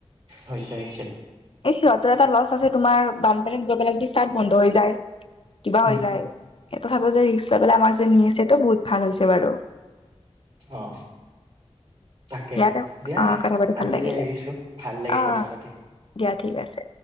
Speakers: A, on the right; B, on the left.
A: হৈছে হৈছে
B: এই সিহঁতৰ এটা লচ আছে তোমাৰ বানপানীত গৈ পেলাই যদি চষ্টাৰ্ট বন্ধ হৈ যায় কিবা
A: উম,
B: হৈ যায় এই কথাটো যে ৰিক্স লৈ পেলাই আমাক যে নি আছে তো বহুত ভাল হৈছে বাৰু
A: অ তাকেহ
B: দে।
A: দিয়া
B: অ' কথা পাতি ভাল
A: আজিলে
B: লাগিলে
A: এৰিছো ভাল লাগিল
B: অ'
A: কথা পাতি
B: দিয়া ঠিক আছে